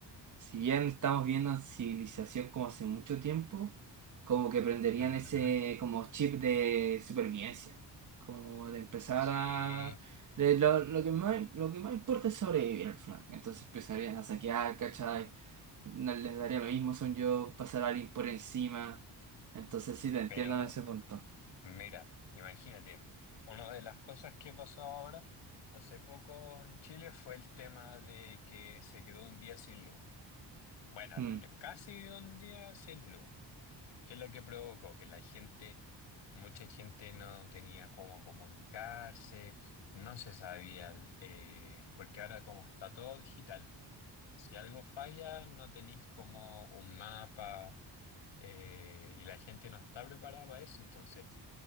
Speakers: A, on the right; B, on the left.
A: si bien estamos viendo civilización como hace mucho tiempo, como que prenderían
B: Ujú.
A: ese como chip de supervivencia, como de empezar
B: Sí,
A: a... de lo, lo que más, lo que más importa es sobrevivir al final. Entonces empezarían a saquear, ¿cachai? No les daría lo mismo, son yo, pasar a alguien por encima. Entonces sí, te entiendo
B: pero
A: en ese punto.
B: mira, imagínate, una de las cosas que pasó ahora, hace poco en Chile, fue el tema de que se quedó un día sin luz. Bueno, l-
A: Mm,
B: casi un día sin luz. ¿Qué es lo que provocó? Que la gente, mucha gente no tenía cómo comunicarse, no se sabía, el- eh, porque ahora como está todo digital, si algo falla no tenéis como un mapa eh, y la gente no está preparada para eso. Entonces,